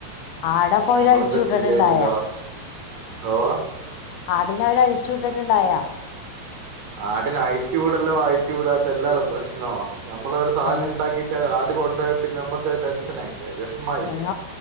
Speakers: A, on the left; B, on the right.
A: ആടപ്പൊ അവര്
B: നമ്മളെന്താ
A: അഴിച്ചു വിട്ടിട്ടുണ്ടായാ
B: ചെയ്യാ പിന്നന്താ <unintelligible>
A: ആടിനെ അവര് അഴിച്ചു വിട്ട്ട്ടുണ്ടായാ
B: ആടിന അയിച്ചു വിടല്ലോ അയിച്ചു വിടാത്തല്ലല്ലോ പ്രശ്നോ നമ്മള്ഒരു സാനം
A: അൽ
B: ഇണ്ടാക്കി ട്ട് അത്കൊണ്ടയാ പിന്നെ നമ്മക്ക് അഅ് ടെൻഷനായില്ലേ വെഷ് മായില്ലേ
A: നിങ്ങ